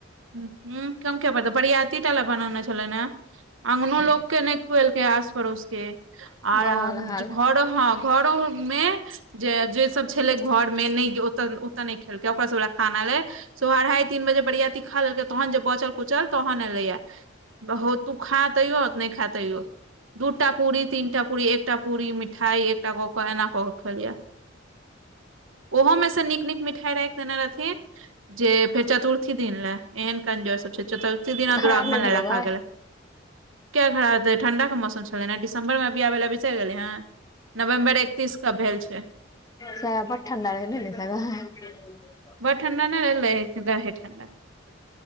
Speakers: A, on the right; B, on the left.
A: हूँ कम किए पड़तै बड़ियातीटा लेए बनेने छेलै ने। अंगनो लोक के नै खुएलकै आस पड़ोस के- आर
B: मामा
A: आहाँ
B: वाला
A: घरो
B: हाल
A: हँ घरो मे जे जे सब छेलेै घर मे नै ओ- ओतऽ ओतऽ नै खेलकै ओकरा सब लेए खाना एलेै सुबह अढ़ाई तीन बजे बढ़िया। ती खा लेलकै तहन जे बचल कुचल तहन एलेैया हौ तू खा तैयो नै खा तैयो। दूटा पूरी तीनटा पूरी एकटा पूरी मिठाई एकटा कऽ कऽ एना कऽ क खेलियै ये। ओहो में से नीक नीक मिठाई रैख देने रहथिन जे फेर चतुर्थी। दिन लेए एहन कंजोर सब छै चतुर्थी दिना
B: खराब
A: दुरागमन
B: नहि
A: लेए
B: भेलौ
A: राखा
B: गै
A: गेलै। किये खराब हेतै ठण्डा के मौसम छै। छलैन हेंँ दिसम्बर मे बियाह भेलै बिसैर गेलै हँ नवम्बर एकतीस के भेल छै।
B: सेएहे बड़ ठण्डा रहै नै <unintelligible>
A: बड़ ठण्डा नै रहललै रहै ठण्डा।